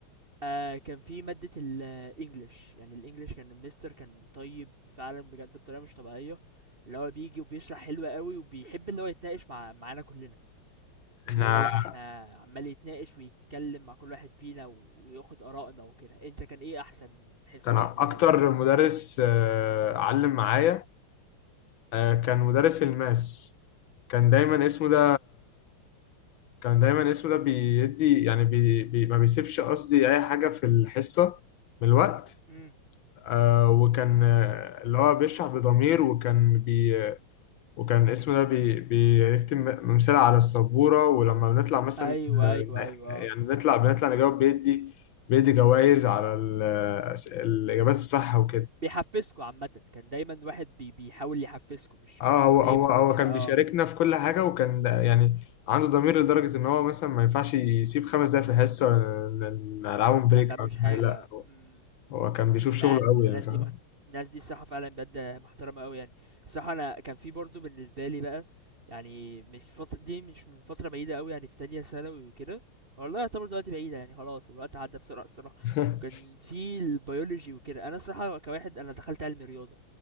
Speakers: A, on the right; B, on the left.
A: آه كان في ماده الانجليش يعني الانجليش كان المستر كان طيب فعلا بجد بطريقه مش طبيعيه اللي هو بيجي وبيشرح حلو قوي وبيحب اللي هو يتناقش مع معانا كلنا اللي
B: إحنا
A: هو لأ احنا عمال يتناقش ويتكلم مع كل واحد فينا وياخد آرائنا وكده انت كان ايه أحسن حصة
B: كان أكتر
A: بالنسبة لك؟
B: مدرس آه، علم معايا آه، كان مدرس الماس كان دايما اسمه ده كان دايما اسمه ده بيدي يعني بي بي ما بيسيبش قصدي أي حاجة في الحصة من الوقت
A: امم
B: آه وكان آه، اللي هو بيشرح بضمير وكان بي وكان اسمه ده بي بيكتب ممثلة على السبورة ولما بنطلع مثلا
A: أيوه،
B: آه،
A: أيوه، أيوه، آه،
B: يعني بنطلع بنطلع نجاوب بيدي بيدي جوائز على ال- آه، الإجابات الصح وكده
A: بيحفزكوا عامةً كان دايمًا واحد بي بيحاول يحفزكوا مش
B: اه
A: مش
B: هو
A: سايبكوا
B: هو هو
A: كده
B: كان
A: آه،
B: بيشاركنا في كل حاجة وكان ده- يعني عنده ضمير لدرجة إن هو مثلا ما ينفعش يسيب خمس دقايق في الحصة ونلعبهم بريك
A: ما بتعملوش
B: أو
A: حاجة،
B: حاجة لا
A: امم.
B: هو كان بيشوف شغله
A: لأ ال
B: أوي
A: الناس
B: يعني فاهم
A: دي محت الناس دي الصراحة فعلًا بجد محترمة أوي يعني، الصراحة أنا كان في برضه بالنسبة لي بقى يعني مش فت دي مش من فترة بعيدة أوي يعني في تانية ثانوي وكده، والله يعتبر دلوقتي بعيدة يعني خلاص الوقت عدّى بسرعة الصراحة،
B: <laughs>
A: كان في الbiology وكده، أنا الصراحة كواحد أنا دخلت علمي رياضة،